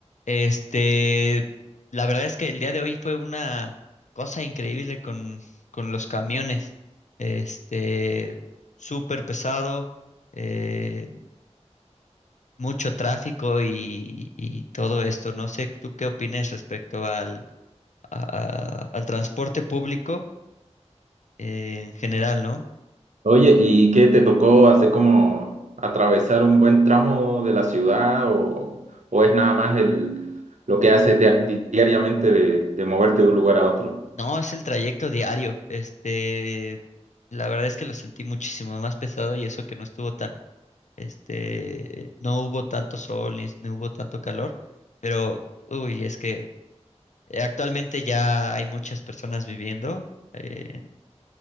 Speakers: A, on the left; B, on the right.
A: Este, la verdad es que el día de hoy fue una cosa increíble con, con los camiones. Este, súper pesado, eh, mucho tráfico y, y todo esto. No sé, ¿tú qué opinas respecto al, a- a- al transporte público eh, en general, ¿no?
B: Oye, ¿y qué te tocó hacer como atravesar un buen tramo de la ciudad o, o es nada más el, lo que haces di- diariamente de, de moverte de un lugar a otro?
A: No, es el trayecto diario. Este, la verdad es que lo sentí muchísimo más pesado y eso que no estuvo tan Este, no hubo tanto sol ni, no hubo tanto calor, pero uy, es que eh, actualmente ya hay muchas personas viviendo en,